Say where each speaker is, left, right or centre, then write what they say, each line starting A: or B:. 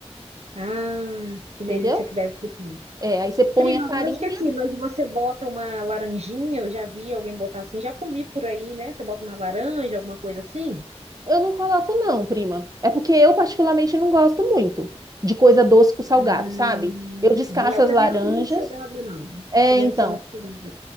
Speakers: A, on the right (about 75°); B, on the right (about 35°).
A: Ah, que
B: entendeu?
A: delícia que deve ficar.
B: É, aí você põe
A: Prima,
B: a farinha.
A: agora eu esqueci, mas você bota uma laranjinha, eu já vi alguém botar assim, já comi por aí, né? Você bota uma laranja, alguma coisa assim?
B: Eu não coloco não, prima. É porque eu particularmente não gosto muito de coisa doce com salgado,
A: Hum,
B: sabe? Eu descasco
A: é, eu
B: as
A: também
B: laranjas.
A: não sou muito chegada, não.
B: É,
A: Também
B: então,
A: não sou muito chegada.